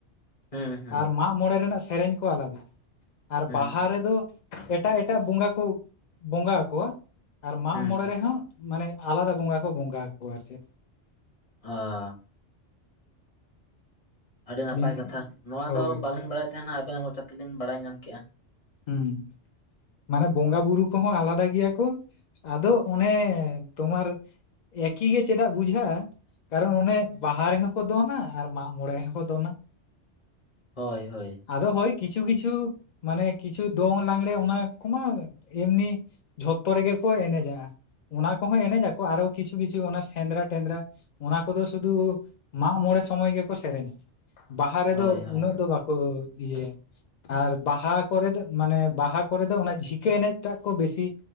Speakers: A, on the left; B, on the left.
A: ᱦᱩᱸ ᱦᱩᱸ
B: ᱟᱨ ᱢᱟᱜᱢᱚᱬᱮ ᱨᱮᱱᱟᱜ ᱥᱮᱨᱮᱧ ᱠᱚ ᱟᱞᱟᱫᱟ ᱾ ᱟᱨ
A: ᱦᱩᱸ
B: ᱵᱟᱦᱟ
A: ᱦᱩᱸ
B: ᱨᱮᱫᱚ ᱮᱴᱟᱜ ᱮᱴᱟᱜ ᱵᱚᱸᱜᱟ ᱠᱚ ᱵᱚᱸᱜᱟ ᱟᱠᱚᱣᱟ ᱟᱨ ᱢᱟᱜ
A: ᱦᱩᱸ
B: ᱢᱚᱬᱮ
A: ᱦᱩᱸ
B: ᱨᱮᱦᱚᱸ ᱢᱟᱱᱮ ᱟᱞᱟᱫᱟ ᱵᱚᱸᱜᱟ ᱠᱚ ᱵᱚᱸᱜᱟ ᱟᱠᱚᱣᱟ ᱟᱨ ᱪᱮᱫ
A: ᱟᱸ ᱟᱹᱰᱤ ᱱᱟᱯᱟᱭ
B: ᱱᱤᱝᱠᱟᱹ
A: ᱠᱟᱛᱷᱟ ᱱᱚᱣᱟ
B: ᱦᱳᱭ
A: ᱫᱚ ᱵᱟᱞᱤᱧ ᱵᱟᱲᱟᱭ ᱛᱟᱦᱮᱱᱟ ᱟᱵᱮᱱ ᱜᱚᱴᱟ ᱛᱮᱞᱤᱧ ᱵᱟᱲᱟᱭ ᱧᱟᱢ ᱠᱮᱼᱟ
B: ᱦᱩᱸ ᱢᱟᱱᱮ ᱵᱚᱸᱜᱟ ᱵᱩᱨᱩ ᱠᱚᱦᱚᱸ ᱟᱞᱟᱫᱟ ᱜᱮᱭᱟ ᱠᱚ ᱟᱫᱚ ᱚᱱᱮ ᱛᱳᱢᱟᱨ ᱮᱠᱤ ᱜᱮ ᱪᱮᱫᱟᱜ ᱵᱩᱡᱷᱟᱹᱜᱼᱟ ᱠᱟᱨᱚᱱ ᱚᱱᱮ ᱵᱟᱦᱟ ᱨᱮᱦᱚᱸ ᱠᱚ ᱫᱚᱱᱟ ᱟᱨ ᱢᱟᱜ ᱢᱚᱬᱮ ᱨᱮᱦᱚᱸ ᱠᱚ ᱫᱚᱱᱟ
A: ᱦᱳᱭ ᱦᱳᱭ
B: ᱟᱫᱚ ᱦᱳᱭ ᱠᱤᱪᱷᱩ ᱠᱤᱪᱷᱩ ᱢᱟᱱᱮ ᱠᱤᱪᱷᱩ ᱫᱚᱝ ᱞᱟᱜᱽᱲᱮ ᱚᱱᱟ ᱠᱚᱢᱟ ᱮᱢᱱᱤ ᱡᱚᱛᱚ ᱨᱮᱜᱮ ᱠᱚ ᱮᱱᱮᱡᱟ ᱚᱱᱟ ᱠᱚᱦᱚᱸ ᱮᱱᱮᱡ ᱟᱠᱚ ᱟᱨᱚ ᱠᱤᱪᱷᱩ ᱠᱤᱪᱷᱩ ᱚᱱᱟ ᱥᱮᱸᱫᱽᱨᱟ ᱴᱮᱸᱫᱽᱨᱟ ᱚᱱᱟ ᱠᱚᱫᱚ ᱥᱩᱫᱩ ᱢᱟᱜᱢᱚᱬᱮ ᱥᱚᱢᱚᱭ ᱜᱮᱠᱚ ᱥᱮᱨᱮᱧᱟ ᱾ ᱵᱟᱦᱟ ᱨᱮᱫᱚ
A: ᱦᱳᱭ ᱦᱳᱭ
B: ᱩᱱᱟᱹᱜ ᱫᱚ ᱵᱟᱠᱚ ᱤᱭᱟᱹᱭᱟᱼᱼ ᱟᱨ ᱵᱟᱦᱟ ᱠᱚᱨᱮ ᱫᱚ, ᱢᱟᱱᱮ ᱵᱟᱦᱟ ᱠᱚᱨᱮ ᱫᱚ ᱚᱱᱟ ᱡᱷᱤᱠᱟᱹ ᱮᱱᱮᱡ ᱴᱟᱜ ᱠᱚ ᱵᱮᱥᱤᱼᱼ